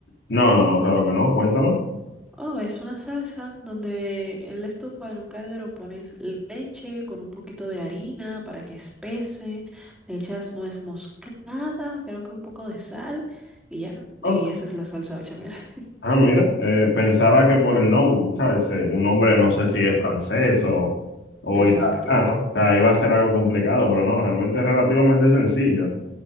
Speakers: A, on the left; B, in the centre.
A: No, no, no, claro que no, cuéntame.
B: Oh, es una salsa donde en la estufa, en un caldero, pones leche con un poquito de harina para que espese, le echas nuez moscada, creo que un poco de sal y ya.
A: Ok.
B: Y esa es la salsa bechamel. <laughs>
A: Ah, mira, eh, pensaba que por el nombre, pues, ¿sabes? Eh, Un nombre no sé si es francés o, o
B: Exacto.
A: italiano. ¿no? O sea, iba a ser algo complicado, pero no, realmente es relativamente sencillo.